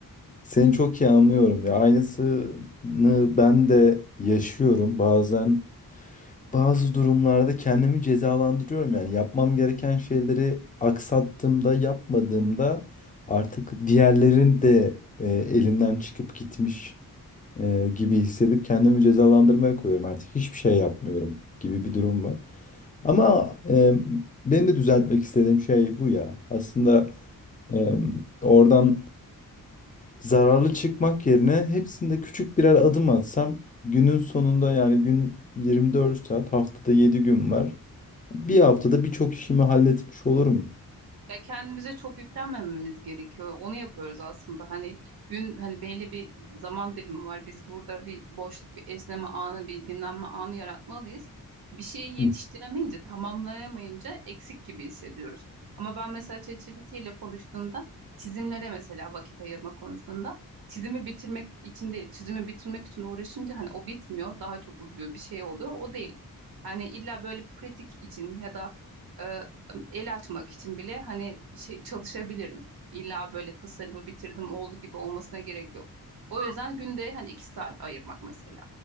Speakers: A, on the left; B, on the right.
A: Seni çok iyi anlıyorum ya. Aynısını ben de yaşıyorum. Bazen bazı durumlarda kendimi cezalandırıyorum. Yani yapmam gereken şeyleri aksattığımda, yapmadığımda artık diğerlerin de e, elinden çıkıp gitmiş e, gibi hissedip kendimi cezalandırmaya koyuyorum. Artık hiçbir şey yapmıyorum gibi bir durum var. Ama e, benim de düzeltmek istediğim şey bu ya. Aslında e, oradan Zararlı çıkmak yerine hepsinde küçük birer adım atsam günün sonunda yani gün 24 saat haftada 7 gün var. Bir haftada birçok işimi halletmiş olurum.
B: Ya kendimize çok yüklenmememiz gerekiyor. Onu yapıyoruz aslında. Hani gün hani belli bir zaman dilimi var. Biz burada bir boşluk, bir esneme anı, bir dinlenme anı yaratmalıyız. Bir şeyi yetiştiremeyince,
A: Hı.
B: tamamlayamayınca eksik gibi hissediyoruz. Ama ben mesela ChatGPT ile konuştuğumda çizimlere mesela vakit ayırma konusunda çizimi bitirmek için değil, çizimi bitirmek için uğraşınca hani o bitmiyor, daha çok uzuyor, bir şey oluyor. O değil. Hani illa böyle pratik için ya da e, el açmak için bile hani şey çalışabilirim. İlla böyle tasarımı bitirdim oldu gibi olmasına gerek yok. O yüzden günde hani iki saat ayırmak mesela.